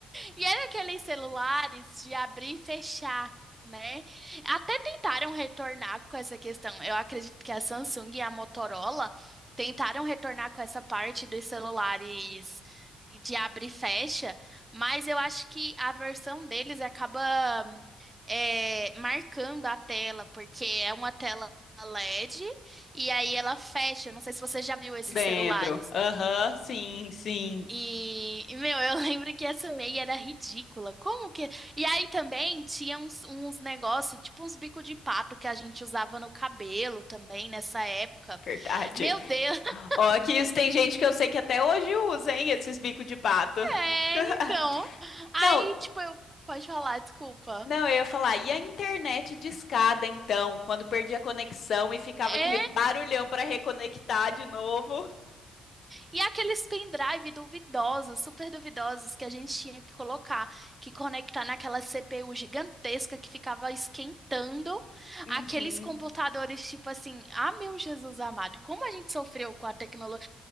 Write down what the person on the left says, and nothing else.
Lembro.
Aham, sim, sim.
Verdade.
Ó, que isso tem gente que eu sei que até hoje usa, hein, esses bicos de pato.
<laughs>
Não,
não, eu ia falar, e a internet discada então, quando perdia a conexão e ficava aquele
barulhão para reconectar de novo?
Uhum.